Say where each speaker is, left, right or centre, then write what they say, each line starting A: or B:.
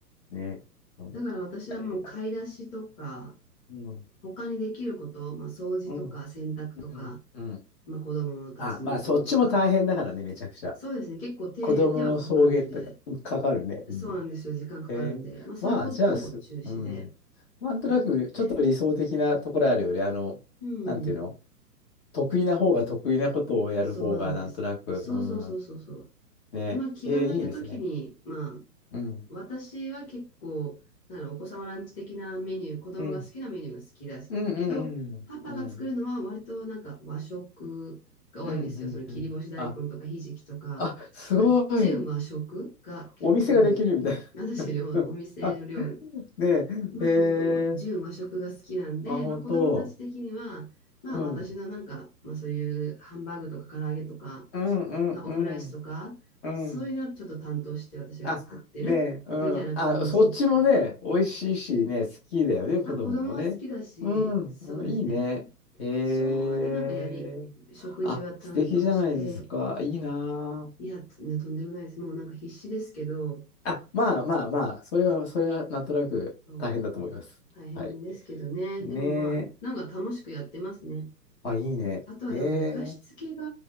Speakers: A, on the left; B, on the left.
A: ね。本当。
B: だから私はもう買い出しとか、
A: いやいや。うん。
B: 他にできること、まあ、掃除とか洗濯とか、
A: うん。うん。うん。
B: まあ、子供たちのこととか、
A: あ、まあ、そっちも大変だからね、めちゃくちゃ。
B: そうですね。結構手、
A: 子供の送迎とか、
B: 手はかかるんで、
A: かかるね。うん。
B: そうなんですよ。時間かかるんで、
A: えー、
B: まあそういうことを中止で
A: まあ、じゃあす、うん。なんとなく、
B: やって、
A: ちょっと理想的なところあるよね。あの、
B: うん、
A: なんていうの得意な方が得意なことをやる方がなんとなく、
B: そうなんです。そうそうそうそうそう。
A: うん。ね。
B: で、まあ気が向いた時に、
A: えーいいですね。
B: まあ
A: うん。
B: 私は結構、なんだろうお子様ランチ的なメニュー、子供が好きなメニューが好きだけど、
A: うん。うんうんうん。
B: パパが作るのは割となんか和食が多いんですよ。
A: うん。うんうんうん。
B: その切り干し大根とかひじきとか、
A: あ、あ、すごい。
B: まあ、純和食が結構多い。
A: お店ができるみたい
B: 私のお店の料理
A: な。<laughs> あねえ、
B: まあ本当、
A: へ
B: 純和食が好きなんで、
A: え、あ、本当。
B: まあ子供たち的には、まあ私のなんか、
A: うん。
B: まあそういうハンバーグとか唐揚げとか、
A: うんうんうん。
B: まあオムライスとか、
A: うん。
B: そういうのをちょっと担当して私が作ってるみたいな感じで、
A: あ、ねえ、うん。あ、そっちもね、美味しいしね、好きだよね、
B: まあ子供は好きだし、
A: 子供もね。うん、
B: そうですね。
A: うん、いいね。へえ。
B: そうやってなんかやり、食事は担当して、
A: あ、素敵じゃないですか。いいな
B: いや、とんでもないです。もうなんか必死ですけど、
A: あ。あ、まあまあまあ、それは、それはなんとなく大変だと思います。
B: そう大変ですけどね。
A: はい。ねえ。
B: でもまあ、なんか楽しくやってますね。
A: あ、いいね。
B: あとはでも寝かしつけが、
A: ええ。